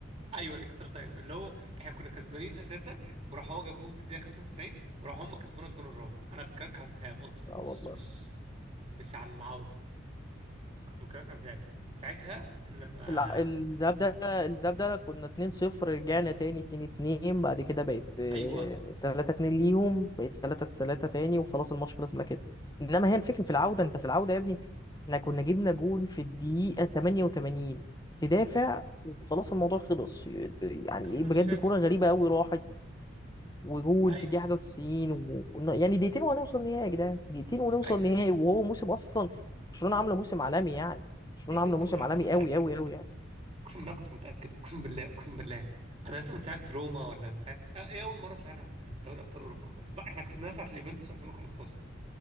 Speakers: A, on the right (about 30°); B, on the left (about 20°).
A: ايوه الاكسترا تايم اللي هو احنا كنا كسبانين اساسا وراح هو جاب جون في الدقيقه 95 وراح هم كسبونا الجون الرابع انا بكلمك على الذهاب قصدي
B: اه
A: مش
B: والله
A: مش مش على العوده كنت بكلام كذاب ساعتها انا لما
B: الع- الذهاب ده الذهاب ده كنا 2-0 رجعنا تاني 2-2 بعد كده بقت آه،
A: ايوه
B: 3-2 ليهم بقت 3-3 تاني وخلاص الماتش خلص ما كده انما هي الفكرة
A: بالظبط
B: في العودة انت في العودة يا ابني احنا كنا جبنا جون في الدقيقة 88 تدافع وخلاص الموضوع خلص يعني
A: بس
B: ايه
A: انا
B: بجد
A: مش فاهم
B: كورة غريبة قوي راحت وجون
A: ما ايوه
B: في الدقيقة حاجة و90 وكنا يعني دقيقتين وهنوصل نهائي يا جدعان دقيقتين ونوصل
A: ايوه
B: نهائي وهو موسم اصلا برشلونة عاملة موسم عالمي يعني برشلونة
A: يا ابني
B: عاملة
A: اقسم
B: موسم
A: بالله
B: عالمي
A: كنت متاكد
B: قوي قوي قوي
A: اقسم بالله كنت متاكد اقسم بالله اقسم بالله انا لسه من ساعه روما ولا من ساعه آه، ايه اول مره طلعنا من دوري ابطال اوروبا خالص بقى احنا كسبناها ساعه اليوفنتوس في 2015